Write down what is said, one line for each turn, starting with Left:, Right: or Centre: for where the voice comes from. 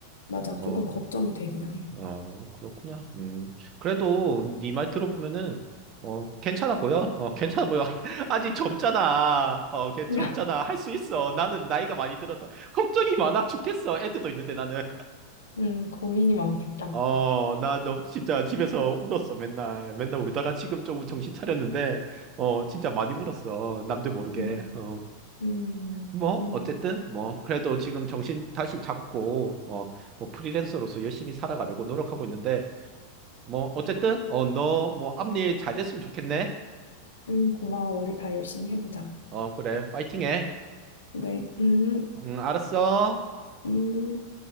Left: 맞아.
Right: 어,
Left: 조금 걱정이 되기는 해.
Right: 어, 그렇구나. 음. 그래도 네 말 들어보면은 어, 괜찮아 보여. 어, 괜찮아 보여. <laughs> 아직 젊잖아. 어, 걔
Left: <laughs>
Right: 젊잖아. 할 수 있어. 나는 나이가 많이 들어서 걱정이 많아 죽겠어. 애들도 있는데 나는.
Left: 음, 고민이 많겠다.
Right: 어, 나 너 진짜 집에서 울었어. 맨날. 맨날 울다가 지금 조금 정신 차렸는데 어, 진짜 많이 울었어. 남들 모르게.
Left: 음,
Right: 어.
Left: 음,
Right: 뭐
Left: 그럼.
Right: 어쨌든 뭐 그래도 지금 정신 다시 잡고 어, 뭐 프리랜서로서 열심히 살아가려고 노력하고 있는데 뭐 어쨌든 어 너 뭐 앞일 잘 됐으면 좋겠네.
Left: 음, 고마워. 우리 다 열심히 해보자.
Right: 어 그래 파이팅해.
Left: 네, 음,
Right: 응 알았어.
Left: 음.